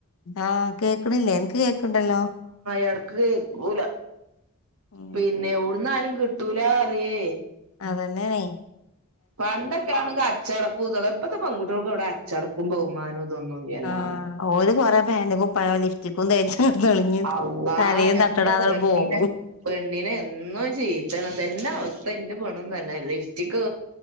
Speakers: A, on the left (about 70°); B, on the right (about 80°).
A: ആ കേക്കണില്ലേ ഇൻക്ക് കേക്കണ്ടല്ലോ
B: ഇടക്ക് കേക്കൂല
A: ഉം
B: പിന്നെ എവിടുന്നാ ലും കിട്ടൂലാറിയേ
A: അതന്നെയണേ
B: പണ്ടൊക്കെ ആണെങ്കിൽ അച്ചടക്കും ഇതൊക്കെ ഇപ്പഴത്തെ പൺട്ടികൾക്ക് എവിടെ അച്ചടക്കും ബഹുമാനവും ഇതൊന്നുംല്ലല്ലോ
A: ആ ഓല് കൊറെേ പേന്റും കുപ്പായം ലിപ്സ്റ്റിക്കും തേച്ച് ഉം നെളിഞ്ഞ്
B: അള്ളാ
A: തലയും
B: ഞാൻ
A: തട്ടടാതെ
B: ഇന്റെ പെണ്ണിനെ
A: പോകും
B: പെണ്ണിനെ എന്നും ചീത്ത ഇതെന്നെ അവസ്ഥ ഇന്റെപെണ്ണും തന്നെ ലിഫ്റ്റിക്ക്